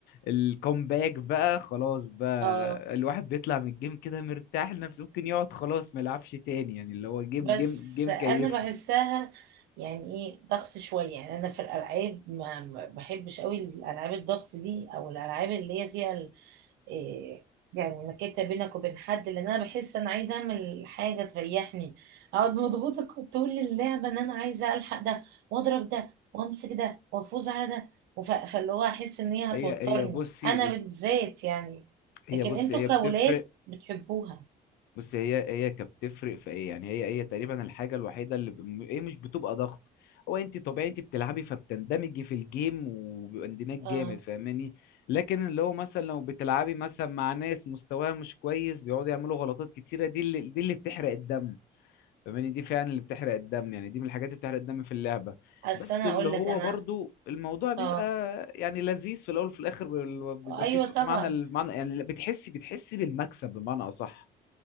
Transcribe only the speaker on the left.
الكومباك بقى خلاص بقى
الواحد بيطلع من الجيم كده مرتاح لنفسه ممكن يقعد خلاص ما يلعبش تاني يعني اللي هو جيم
جيم جيم
كيفني
هي هي بصي
بصي
هي
بصي
هي بتفرق
بص هي هي كانت بتفرق في ايه يعني هي هي تقريبا الحاجه الوحيده اللي ب... هي مش بتبقى ضغط هو انت طبيعي انت بتلعبي فبتندمجي في الجيم وبيبقى اندماج
جامد فاهماني لكن اللي هو مثلا لو بتلعبي مثلا مع ناس مستواها مش كويس بيقعدوا يعملوا غلطات كتيره دي اللي دي اللي بتحرق الدم فاهماني دي فعلا اللي بتحرق الدم يعني دي من الحاجات اللي بتحرق الدم في اللعبه
بس
اللي
هو
برضو الموضوع بيبقى
يعني لذيذ في الاول وفي الاخر بيبقى
فيه
معنى المعنى يعني بتحسي بتحسي بالمكسب بمعنى اصح